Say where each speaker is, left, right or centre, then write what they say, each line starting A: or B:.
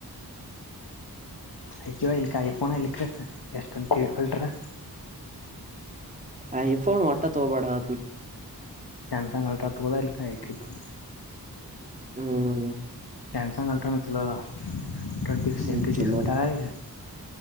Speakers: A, on the left; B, on the right.
A: ಐ ಕ್ಯೋ ಇಲಿಕ್ಕೆ ಐ ಫೋನ ಇಲಿಕ್ಕೆ ರ ಎಷ್ಟು ಟ್ವೆಂಟೀ ಅಲ್ಟ್ರಾ
B: ಆಐಫೋನ್ ಒಟ್ಟತ್ ಬಡ ಹಾವತ್ನು
A: ಸಾಮಸಂಗ್ಟ್ರ ಅ ತೂುದದಲ್ಲಿಲಿ ಅಯುೋದು
B: ಹ್ಮ್
A: ಸ್ಯಮಸಂಗ ಅಲ್ಟ್ರಾಾನ ಚಲ ಟ್ವೆಂಟಿ
B: ಹ್ಮ್
A: ಸೆವೆಂಟಿ
B: ಚಲೋ
A: ಸಿಕ್ಸ್ ಬಿಟಾರಗ
B: ಅಲ್ಲ